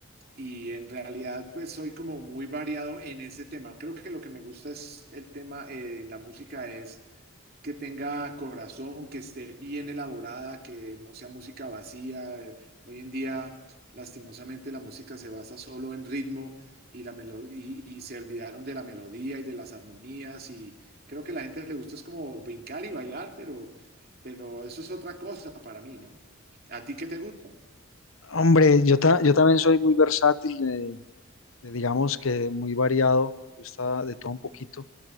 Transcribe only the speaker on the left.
Hombre, yo, ta- yo también soy muy versátil. eh, eh, digamos que muy variado, me gusta de todo un poquito,